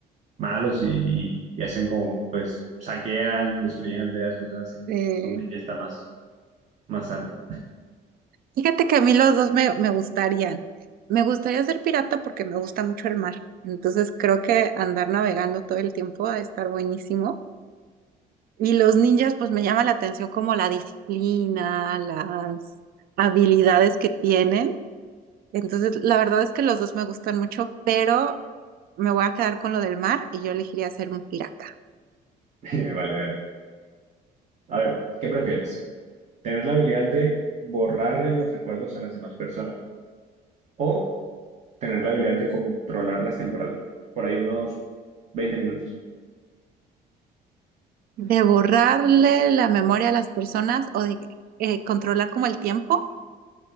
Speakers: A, on the right; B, on the right.
A: malos y, y hacen como, pues, saquean, destruyen aldeas, cosas así.
B: Eh,
A: Es donde ya está más, más sano.
B: Fíjate que a mí los dos me, me gustarían. Me gustaría ser pirata porque me gusta mucho el mar. Entonces creo que andar navegando todo el tiempo va a estar buenísimo. Y los ninjas, pues me llama la atención como la disciplina, las habilidades que tienen. Entonces, la verdad es que los dos me gustan mucho, pero me voy a quedar con lo del mar y yo elegiría ser un pirata.
A: <laughs> Vale, vale. A ver, ¿qué prefieres? ¿Tener la habilidad de borrarle los recuerdos a las demás personas o tener la habilidad de controlarlas temporalmente? Por ahí unos 20 minutos.
B: De borrarle la memoria a las personas o de eh, controlar como el tiempo.